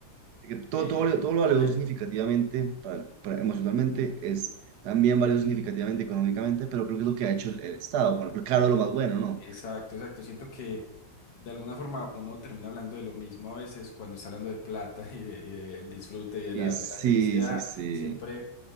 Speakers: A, on the right; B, on the left.
A: que todo,
B: eh,
A: todo, lo- todo lo valioso
B: por el...
A: significativamente, para- para- emocionalmente, es también valioso significativamente económicamente, pero creo que es lo que ha hecho el, el Estado, ponerlo caro lo más bueno, ¿no?
B: Exacto, exacto. Siento que de alguna forma uno termina hablando de lo mismo a veces cuando está hablando de plata <laughs> y, de- y del disfrute y de
A: Y
B: la,
A: es,
B: de la
A: sí,
B: felicidad.
A: sí, sí,
B: Siempre,